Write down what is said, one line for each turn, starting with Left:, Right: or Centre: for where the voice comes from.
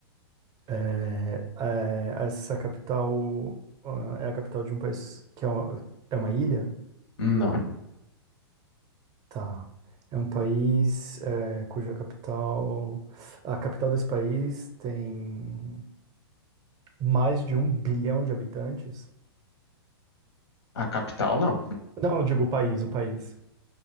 Right: É, é, essa capital, ah, é a capital de um país que é uma, é uma ilha?
Left: Não.
Right: Tá. É um país, é, cuja capital, a capital desse país tem Mais de um bilhão de habitantes?
Left: A capital, não.
Right: Não, eu digo o país, o país.